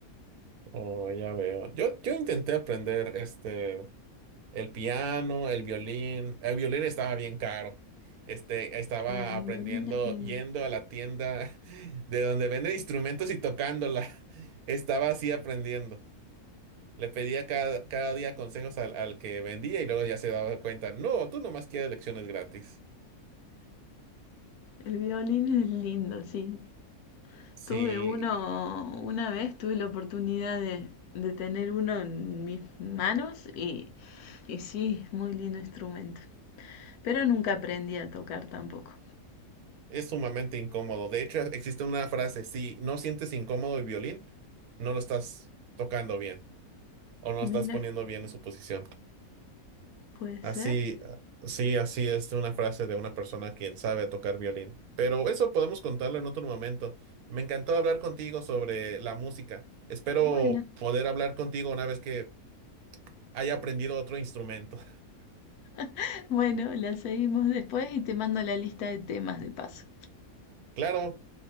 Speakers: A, on the right; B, on the left.
A: Oh, ya veo. Yo, yo intenté aprender este. El piano, el violín. El violín estaba bien caro. Este, estaba
B: Ah, el
A: aprendiendo,
B: violín es lindo.
A: yendo a la tienda <laughs> de donde venden instrumentos y tocándola. <laughs> Estaba así aprendiendo. Le pedía cada, cada día consejos al, al que vendía y luego ya se daba cuenta. No, tú nomás quieres lecciones gratis.
B: El violín es lindo, sí.
A: Sí,
B: Tuve uno, una vez tuve la oportunidad de, de tener uno en mis manos y, y sí, es muy lindo instrumento. Pero nunca aprendí a tocar tampoco.
A: es sumamente incómodo. De hecho, existe una frase, si no sientes incómodo el violín, no lo estás tocando bien o no
B: Mira,
A: lo estás poniendo bien en su posición.
B: puede ser.
A: Así, ah, sí, así es una frase de una persona quien sabe tocar violín. Pero eso podemos contarlo en otro momento. Me encantó hablar contigo sobre la música. Espero
B: Bueno,
A: poder hablar contigo una vez que haya aprendido otro instrumento. <laughs>
B: <laughs> bueno, la seguimos después y te mando la lista de temas de paso.
A: Claro,